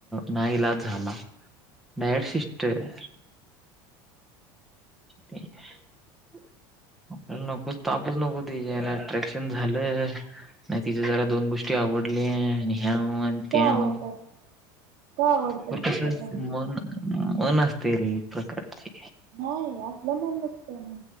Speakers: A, in the centre; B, on the right.
A: ना इलाज झाला डायरेक्ट सिस्टर. ते <unintelligible> आपल्याला नकोच तापच नको त्याच्या यायला अट्रॅक्शन झालं. नाही तिचे जरा दोन गोष्टी आवडल्या. ह्याव आणि तेव
B: का आवडतात का आवडतात
A: बर
B: दुसऱ्याच्या
A: कस असतय
B: गोष्टी
A: मन मन असतय रे एक प्रकारची
B: नाही असलं मन नसत ना